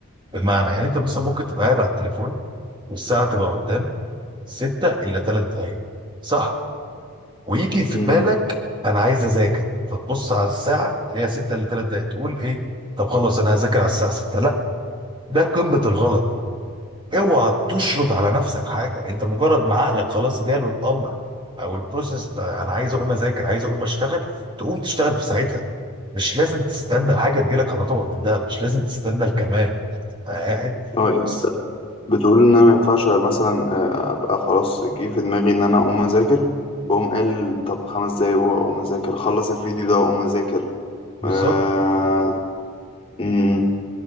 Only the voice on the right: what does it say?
بمعنى يعني انت مثلا ممكن تبقى قاعد على التليفون والساعه تبقى قدامك 6 الا 3 دقائق صح ويجي في
بالك انا عايز اذاكر فتبص على الساعه تلاقيها 6 الا 3 دقايق تقول ايه طب خلاص انا هذاكر على الساعه 6 لا ده قمه الغلط اوعى تشرط على نفسك حاجه انت مجرد ما عقلك خلاص جاله الامر او البروسيس بتاع انا عايز اقوم اذاكر عايز اقوم اشتغل تقوم تشتغل في ساعتها مش لازم تستنى الحاجه تجيلك على طبق من ده مش لازم تستنى الكمال أنت قاعد
بس-
بالظبط